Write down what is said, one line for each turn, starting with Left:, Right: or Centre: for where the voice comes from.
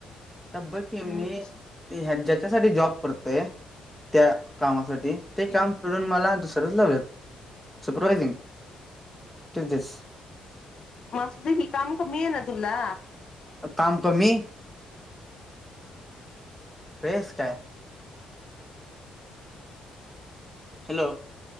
Centre: तब्बकीि
Left: कम्युनिकेशन
Centre: मी ह ज्याच्यासाठी जॉब करतोय त्या कामासाठी.
Left: स्किल
Centre: ते काम सोडून मला दुसरच लावलंत सुपरवायझिंग तेच दस.
Left: मासुदवी काम का मी ना तुला.
Centre: काम कमी. प्रेस काय.? हॅलो.